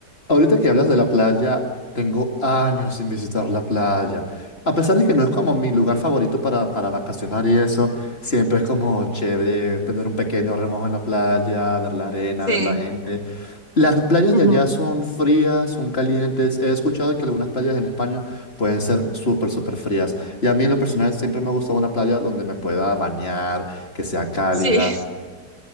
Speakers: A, on the left (about 35°); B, on the right (about 25°).
A: Ahorita que hablas de la playa, tengo años sin visitar la playa. A pesar de que no es como mi lugar favorito para, para vacacionar y eso, siempre es como chévere tener un pequeño remojo en la playa, ver la arena,
B: Sí.
A: ver la gente. Las playas
B: ujú.
A: de allá son frías, son calientes. He escuchado que algunas playas en España pueden ser súper, súper frías. Y a mí en lo personal siempre me ha gustado una playa donde me pueda bañar, que sea cálida.
B: Sí,